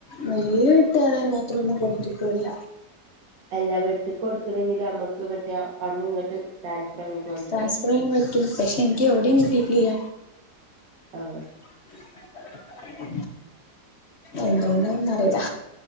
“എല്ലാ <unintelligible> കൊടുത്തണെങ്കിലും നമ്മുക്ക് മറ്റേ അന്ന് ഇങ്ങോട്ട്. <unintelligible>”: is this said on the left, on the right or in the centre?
Right